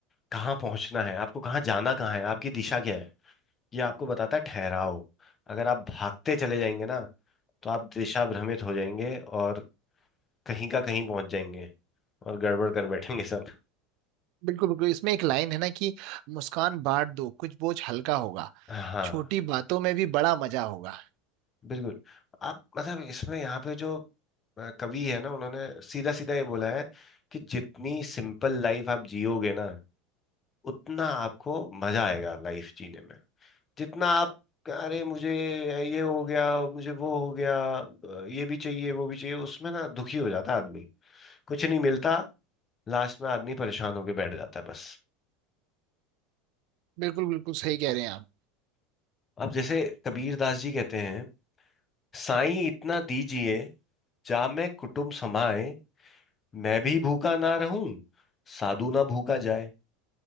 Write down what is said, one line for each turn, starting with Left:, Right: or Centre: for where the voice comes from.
Left: कहाँ पहुंचना है आपको कहाँ जाना कहाँ है आपकी दिशा क्या है ये आपको बताता है ठहराव अगर आप भागते चले जाएंगे ना तो आप दिशा भ्रमित हो जाएंगे और कहीं का कहीं पहुंच जाएंगे और गड़बड़ कर बैठेंगे सब
Right: बिल्कुल बिल्कुल इसमें एक लाइन है ना कि मुस्कान बांट दो कुछ बोझ हल्का होगा
Left: हाँ
Right: छोटी बातों में भी बड़ा मजा होगा
Left: बिल्कुल आप मतलब इसमें यहाँ पे जो अ, कवि है ना उन्होंने सीधा सीधा ये बोला है कि जितनी सिंपल लाइफ आप जियोगे ना उतना आपको मजा आएगा लाइफ जीने में जितना आप अरे मुझे ये हो गया मुझे वो हो गया अ, ये भी चाहिए वो भी चाहिए उसमें ना दुखी हो जाता है आदमी कुछ नहीं मिलता लास्ट में आदमी परेशान होके बैठ जाता है बस
Right: बिल्कुल बिल्कुल सही कह रहे हैं आप
Left: अब जैसे कबीर दास जी कहते हैं साईं इतना दीजिए जा मैं कुटुम्ब समाए मैं भी भूखा ना रहूं साधु ना भूखा जाए